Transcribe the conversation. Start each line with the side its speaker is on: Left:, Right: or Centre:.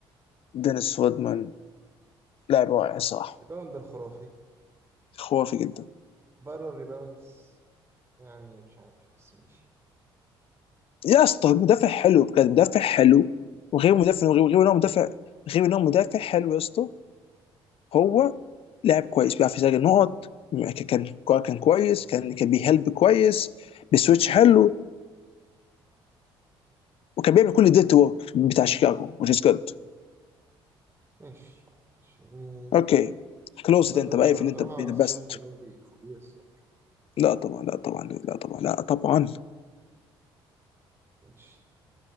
Left: دينيس رودمان لاعب رائع الصراحه
Right: ريباوندر خرافي
Left: خرافي جدا
Right: بره الريباوندز يعني مش عارف بس ماشي
Left: يا اسطى مدافع حلو بجد مدافع حلو وغير مدافع وغير غير انه مدافع غير انه مدافع حلو يا اسطى هو لاعب كويس بيعرف يسجل نقط كان كان كويس كان كان بيهلب كويس بسويتش حلو وكان بيعمل كل الديرت ورك بتاع شيكاغو which is good
Right: ماشي ماشي. يعني
Left: اوكي كلوز
Right: برضو
Left: انت بقى
Right: انا
Left: اقفل
Right: بصراحة
Left: انت بيست
Right: لسه شايف جنوبلي فوقيه بس اوكي
Left: لا طبعا لا طبعا لا طبعا لا طبعا
Right: ماشي